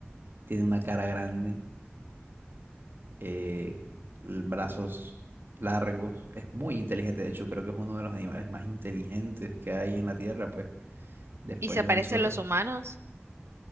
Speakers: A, on the right; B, on the right.
A: tiene una cara grande eh, l- brazos largos. Es muy inteligente, de hecho, creo que es uno de los animales más inteligentes que hay en la Tierra, pues, después
B: ¿Y se
A: de
B: parece
A: nosotros.
B: a los humanos?